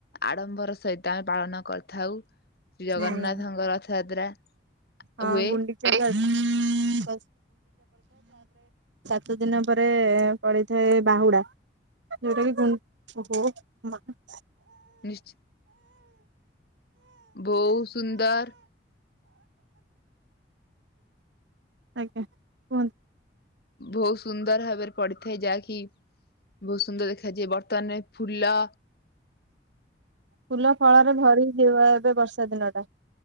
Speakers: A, on the left; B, on the right.
A: ଆଡମ୍ବର ସହିତ ଆମେ ପାଳନ କରିଥାଉ ଶ୍ରୀ ଜଗନ୍ନାଥଙ୍କ
B: ହୁଁ
A: ରଥଯାତ୍ରା।
B: ହଁ
A: ହୁଏ
B: ଗୁଣ୍ଡିଚା <unintelligible> ସାତ ଦିନ ପରେ ପଡିଥାଏ ବାହୁଡା। ଯେଉଟା ବି ଗୁଣ ହ <unintelligible>
A: ନିଶ୍ଚିତ। ବହୁତ ସୁନ୍ଦର।
B: ଆଜ୍ଞା କୁହନ୍ତୁ।
A: ବହୁତ ସୁନ୍ଦର ଭାବରେ ପଡିଥାଏ ଯାହାକି ବହୁତ ସୁନ୍ଦର ଦେଖାଯାଏ ବର୍ତ୍ତମାନରେ ଫୁଲ।
B: ଫୁଲ ଫଳରେ ଭରି ଯିବ ଏବେ ବର୍ଷା ଦିନ ଟା।